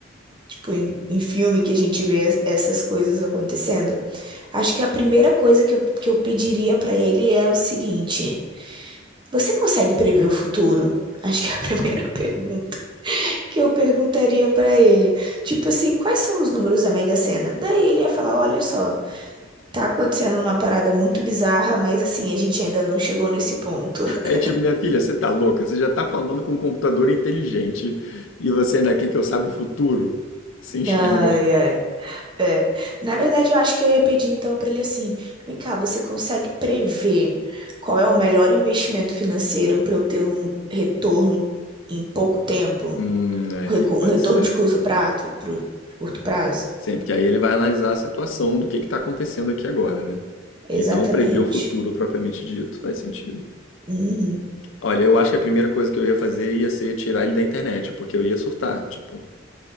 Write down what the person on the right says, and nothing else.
tipo, em, em filme que a gente vê es- essas coisas acontecendo, acho que a primeira coisa que eu, que eu pediria pra ele é o seguinte: você consegue prever o futuro? Acho que é a <laughs> primeira pergunta. que eu perguntaria para ele, tipo assim, quais são os números da Mega Sena? Daí ele ia falar, olha só, tá acontecendo uma parada muito bizarra, mas assim, a gente ainda não chegou nesse ponto. <laughs>
Ai, ai. É. Na verdade, eu acho que eu ia pedir então para ele assim: vem cá, você consegue prever qual é o melhor investimento financeiro para eu ter um retorno em pouco tempo?
Um recu-
um retorno
de curto prazo? Pro, de curto prazo?
Exatamente.
Uhum.